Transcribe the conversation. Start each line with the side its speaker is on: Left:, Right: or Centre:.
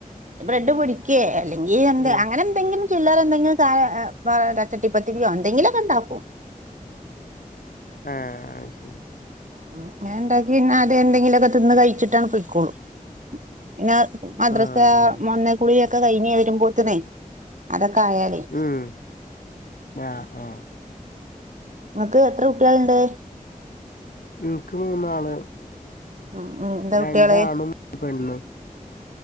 Right: ബ്രെഡ് പൊരിക്കെ അല്ലെങ്കിൽ എന്തെങ്കിലും
Left: ഉം
Right: അങ്ങനെ എന്തെങ്കിലും ചില്ലറ എന്തെങ്കിലുംഒക്കെ ച്ചട്ടിപ്പത്തിരിയോ എന്തെങ്കിലുമൊക്കെ ഉണ്ടാക്കും
Left: ആഹ് അത് ശരി
Right: ഉ ഞാൻ ഉണ്ടാക്കിന്നെ അതെ എന്തെങ്കിലൊക്ക തിന്ന് കഴിച്ചിട്ടാണ് പൊയ്ക്കോളൂ പിന്നെ മദ്രസയിൽ
Left: ആഹ്
Right: നിന്ന് വന്നു കുളിയൊക്കെ കഴിഞ്ഞു വരുമ്പോളതിന്നു അതൊക്കെ ആയാലേ
Left: ഉം ആ ആ
Right: നിങ്ങക്ക് എത്ര കുട്ടികളുണ്ട്?
Left: എനിക്ക് മൂന്നാള്
Right: ഉം ഉം എന്താ
Left: രണ്ടാണും
Right: കുട്ടികള്
Left: ഒരു പെണ്ണും